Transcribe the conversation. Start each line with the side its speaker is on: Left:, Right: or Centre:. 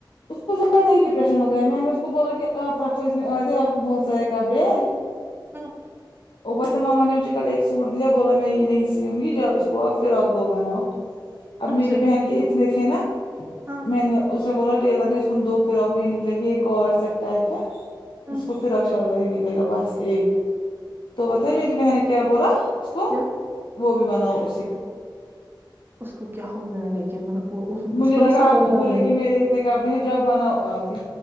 Left: اس کو زیادہ ہی ڈپریشن ہو گیا میں نے اس کو بولا کہ آپ رکھو اس میں آئے آپ کو بہت سارے کپڑے
Right: ہاں
Left: اویس ماما نے مجھے کل ایک سوٹ دیا بولا میں یہ نہیں سیوں گی جاؤ اس کو آپ فراک دو بناؤ اب
Right: اچھا
Left: میری بہن کے اتنے تھے نا
Right: ہاں
Left: میں نے اس نے بولا ٹیلر نہیں اس دو فراک نہیں نکلیں گے ایک اور سٹ ٹائپ ہے
Right: ہاں
Left: اس کو پھر اک شلوار ہی نکلے گا بس ایک تو پتا
Right: ہاں
Left: ہے میری بہن نے کیا بولا اس کو
Right: کیا
Left: وہ بھی بناؤ اسی کو
Right: اس کو کیا ہو گیا لیکن مطلب وہ
Left: مجھے
Right: اس کو
Left: لگا
Right: نہیں سمجھ
Left: آپ وہ
Right: رہا
Left: بولے
Right: ہے
Left: گی میرے اتے کبڑے ہی جاؤ بناؤ آپ ہی